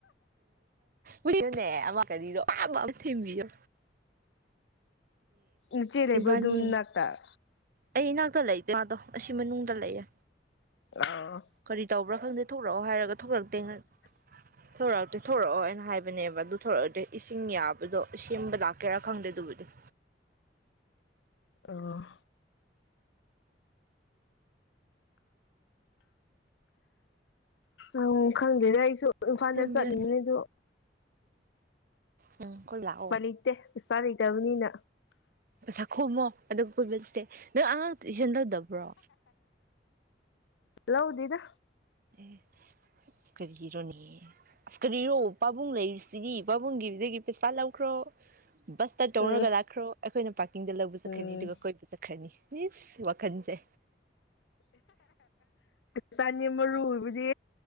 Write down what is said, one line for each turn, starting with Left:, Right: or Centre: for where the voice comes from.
Right: ꯎ ꯍꯣꯏꯣꯅꯦ ꯑꯃ ꯀꯔꯤꯔꯣ ꯊꯦꯝꯕꯤꯌꯣ
Left: ꯏꯆꯦ ꯂꯩꯕ꯭ꯔꯣ
Right: ꯏꯕꯥꯅꯤ
Left: ꯑꯗꯨꯝ ꯅꯥꯛꯇ
Right: ꯑꯩ ꯏꯅꯥꯛꯇ ꯂꯩꯇꯦ ꯃꯥꯗꯣ ꯑꯁꯤ ꯃꯅꯨꯡꯗ ꯂꯩꯌꯦ
Left: ꯑꯥꯎ
Right: ꯀꯔꯤ ꯇꯧꯕ꯭ꯔꯥ ꯈꯪꯗꯦ ꯊꯣꯛꯂꯛꯑꯣ ꯍꯥꯏꯔꯒ ꯊꯣꯛꯂꯛꯇꯦꯅꯦ
Left: ꯍ <inaudible>
Right: ꯊꯧꯣꯔꯛꯑꯛꯇꯦ ꯊꯣꯔꯛꯑꯣ ꯍꯥꯏꯅ ꯍꯥꯏꯕꯅꯦꯕ ꯑꯗꯨ ꯊꯣꯔꯛꯑꯗꯤ ꯏꯁꯤꯡ ꯌꯥꯕꯗꯣ ꯁꯦꯝꯕ ꯂꯥꯛꯀꯦꯔꯥ ꯈꯪꯗꯦ ꯑꯗꯨꯕꯨꯗꯤ
Left: ꯑꯣ ꯎꯝ ꯈꯪꯗꯦꯗ ꯑꯩꯁꯨ ꯏꯝꯐꯥꯜꯗ
Right: ꯁꯦꯝꯕꯤꯌꯣ
Left: ꯆꯠꯅꯤꯡꯕꯅꯦ
Right: ꯎꯝ
Left: ꯑꯗꯨ
Right: ꯎꯝ ꯈꯨꯂꯥꯎꯑꯣ
Left: ꯄ ꯂꯩꯇꯦ ꯄꯁꯆꯥ ꯂꯩꯇꯕꯅꯤꯅ
Right: ꯄꯩꯁ ꯈꯣꯝꯃꯣ ꯑꯗꯨꯒ ꯀꯣꯏꯕ ꯆꯠꯇꯦ ꯅ ꯑꯉꯥꯡ ꯇꯨꯏꯁꯜ ꯇꯧꯗꯕ꯭ꯔꯣ
Left: ꯂꯧꯗꯦꯗ
Right: ꯑꯦ ꯏꯁ ꯀꯔꯤꯅꯣꯅꯦ ꯑꯁ ꯀꯔꯤꯔꯣ ꯄꯥꯕꯨꯡ ꯂꯩꯔꯤꯁꯤꯒꯤ ꯄꯥꯕꯨꯡꯒꯤꯗꯒꯤ ꯄꯩꯁꯥ ꯂꯧꯈ꯭ꯔꯣ ꯕꯁ ꯇ ꯇꯧꯔꯒ
Left: ꯎꯝ
Right: ꯂꯥꯛꯈ꯭ꯔꯣ ꯑꯩꯈꯣꯏꯅ ꯄꯥꯔꯀꯤꯡꯗ ꯂꯧꯕ
Left: ꯎꯝ
Right: ꯆꯠꯈꯅꯤ ꯑꯗꯨꯒ ꯀꯣꯏ ꯆꯠꯈ꯭ꯔꯅꯤ ꯏꯁ ꯋꯥꯈꯜꯁꯦ
Left: ꯆꯅꯤ ꯃꯔꯨ ꯑꯣꯏꯕꯗꯤ